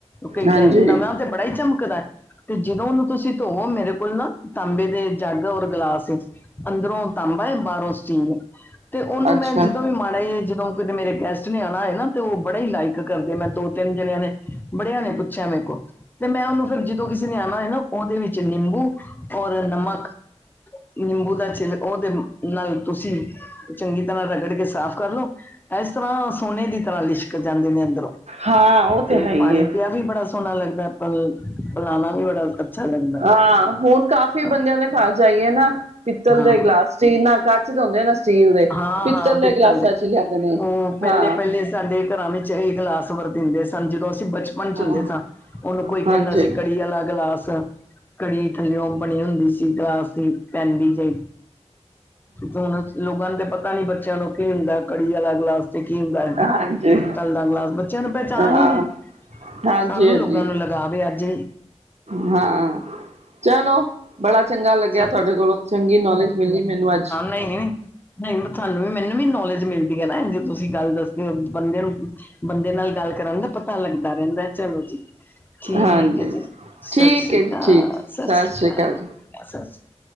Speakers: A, on the left; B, on the right.
A: ਕਈ
B: ਹਾਂਜੀ
A: ਕੈ ਨਵਾਂ ਤੇ ਬੜਾ ਈ ਚਮਕਦੈ ਤੇ ਜਦੋਂ ਓਨੂੰ ਤੁਸੀਂ ਧੋਵੋ ਮੇਰੇ ਕੋਲ ਨਾ ਤਾਂਬੇ ਦੇ ਜੱਗ ਔਰ ਗਲਾਸ ਏ। ਅੰਦਰੋਂ ਤਾਂਬਾ ਏ, ਬਾਰੋਂ ਸਟੀਲ ਐ ਤੇ ਓਨੂੰ
B: ਅੱਛਾ
A: ਮੈਂ ਜਿਦੋਂ ਵੀ <unintelligible> ਈ ਜਿਦੋਂ ਕਿਤੇ ਮੇਰੇ ਗੈਸਟ ਨੇ ਆਨਾ ਹੋਏ ਨਾ ਤੇ ਓ ਬੜੇ ਈ ਲਾਈਕ ਕਰਦੇ। ਮੈਂ ਦੋ ਤਿੰਨ ਜਨਿਆਂ ਨੇ ਬੜਿਆਂ ਨੇ ਪੁੱਛਿਐ ਮੇਰੇ ਕੋ। ਫੇਰ ਮੈਂ ਓਨੂੰ ਫਿਰ ਜਿਦੋਂ ਕਿਸੀ ਨੇ ਆਨਾ ਹੋਏ ਨਾ ਓਦੇ ਵਿੱਚ ਨਿੰਬੂ ਔਰ ਨਮਕ। ਨਿੰਬੂ ਦਾ ਛਿਲ ਓਦੇ ਨਾਲ ਤੁਸੀਂ ਚੰਗੀ ਤਰਾਂ ਰਗੜ ਕੇ ਸਾਫ਼ ਕਰ ਲੋ। ਐਸ ਤਰਾਂ ਸੋਨੇ ਦੀ ਤਰਾਂ ਲਿਸ਼ਕ ਜਾਂਦੇ ਨੇ ਅੰਦਰੋਂ।
B: ਹਾਂ ਉਹ
A: ਤੇ ਓ
B: ਹੈ ਹੀ
A: ਪਾਨੀ
B: ਹੈ
A: ਪਿਆ ਵੀ ਬੜਾ ਸੋਨਾ ਲੱਗਦੈ ਪ ਪਿਲਾਨਾ ਵੀ ਬੜਾ ਅੱਛਾ ਲੱਗਦਾ।
B: ਹਾਂ, ਹੂਨ ਕਾ ਕੋਈ
A: ਹਾਂ
B: ਬੰਦਿਆਂ ਦੇ ਘਾਰ ਜਾਈਏ ਨਾ ਪਿੱਤਲ
A: ਹਾਂ
B: ਦੇ ਗਿਲਾਸ, ਸਟੀਲ ਨਾ ਕੱਚ ਦੇ ਹੁੰਦੇ ਨਾ ਸਟੀਲ ਦੇ
A: ਹਾਂ-ਹਾਂ ਪਿੱਤਲ
B: ਗਿਲਾਸਾਂ
A: ਦੇ।
B: ਚ ਲਿਆਂਦੇ ਨੇ
A: ਓ ਪੈਲੇ-ਪੈਲੇ
B: ਹਾਂ
A: ਸਾਡੇ ਘਰਾਂ ਵਿੱਚ ਐਹੀ ਗਲਾਸ ਵਰਤੀਂਦੇ ਸਨ। ਜਦੋਂ ਅਸੀਂ ਬਚਪਨ 'ਚ
B: ਹਾਂ
A: ਹੁੰਦੇ ਸਾਂ, ਓਨੂੰ ਕੋਈ ਕੈਂਦਾ
B: ਹਾਂਜੀ
A: ਸੀ ਕੜੀ ਆਲਾ ਗਿਲਾਸ ਕੜੀ ਥੱਲਿਓ ਬਣੀ ਹੁੰਦੀ ਸੀ ਗਲਾਸ ਦੀ ਪੈਂਦੀ ਜਈ ਹੂਨ ਅ ਲੋਗਾਂ ਨੂੰ ਤੇ ਪਤਾ ਨੀ, ਬੱਚਿਆਂ ਨੂੰ ਕੀ ਹੁੰਦੈ ਕੜੀ ਆਲਾ ਗਲਾਸ। ਤੇ ਕੀ ਹੁੰਦੈ
B: ਹਾਂਜੀ
A: ਪਿੱਤਲ ਦਾ ਗਲਾਸ। ਬੱਚਿਆਂ ਨੂੰ ਪਹਿਚਾਨ
B: ਹਾਂ
A: ਈ ਨੀ।
B: ਹਾਂਜੀ
A: ਸਾਨੂੰ
B: ਹਾਂਜੀ
A: ਲੋਗਾਂ ਨੂੰ ਲ ਲਾਵੇ ਅੱਜ
B: ਹਾਂ, ਚਲੋ। ਬੜਾ ਚੰਗਾ ਲੱਗਿਆ,
A: ਚੱਲ
B: ਥੁਆਡੇ ਕੋਲੋਂ ਚੰਗੀ ਨੌਲੇਜ ਮਿੱਲੀ ਮੈਨੂੰ ਅੱਜ।
A: ਨਈ, ਨੀ। ਨਈ ਮ ਥੁਆਨੂੰ ਵੀ ਮੈਨੂੰ ਵੀ ਨੌਲੇਜ ਮਿਲਦੀ ਐ ਨਾ ਐਂਝ ਤੁਸੀਂ ਗੱਲ ਦੱਸਦੇ ਓ ਬੰਦੇ ਨੂੰ ਬੰਦੇ ਨਾਲ ਗੱਲ ਕਰਨ ਦਾ ਪਤਾ ਲੱਗਦਾ ਰੈਂਦੈ, ਚਲੋ ਜੀ। ਠੀਕ
B: ਹਾਂਜੀ
A: ਏ ਜੀ, ਸਸ
B: ਠੀਕ
A: ਸ੍ਰੀ
B: ਹੈ ਜੀ
A: ਕਾਲ।
B: ਠੀਕ
A: ਸਸ
B: ਸਤਿ
A: ਸ੍ਰੀ ਕਾਲ,
B: ਅਕਾਲ ਜੀ
A: ਸਸ ਸ੍ਰੀ ਅ